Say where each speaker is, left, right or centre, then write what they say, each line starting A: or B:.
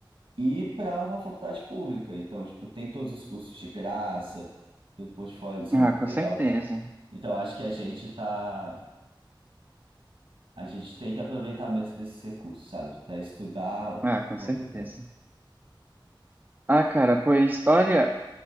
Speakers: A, on the right; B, on the right.
A: e para uma faculdade pública. Então, tipo, tem todos os cursos de graça, todo o portfólio, isso
B: Ah,
A: é muito
B: com
A: legal,
B: certeza.
A: cara. Então, acho que a gente tá, a gente tem que aproveitar mesmo desses recursos, sabe? Para estudar o
B: Ah, com
A: quanto
B: certeza.
A: der.
B: Ah, cara, pois olha,